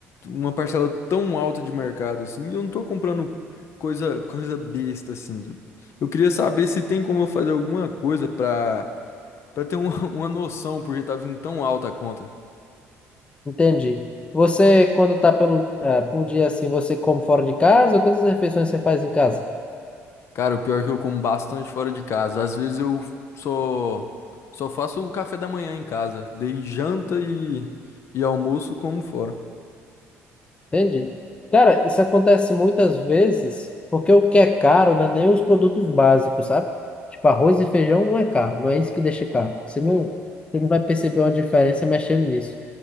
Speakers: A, on the left; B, on the left.
A: uma parcela tão alta de mercado assim, e eu não tô comprando coisa coisa besta assim. Eu queria saber se tem como eu fazer alguma coisa pra para ter uma, <laughs> uma noção, porque tá vindo tão alta a conta.
B: Entendi. Você, quando tá pelo, ah, por dia assim, você come fora de casa ou todas as refeições você faz em casa?
A: Cara, o pior é que eu como bastante fora de casa. Às vezes eu só só faço o café da manhã em casa, dei janta e e almoço como fora.
B: Entendi. Cara, isso acontece muitas vezes porque o que é caro não é nem os produtos básicos, sabe? Tipo, arroz e feijão não é caro, não é isso que deixa caro. Você não, você não vai perceber uma diferença mexendo nisso.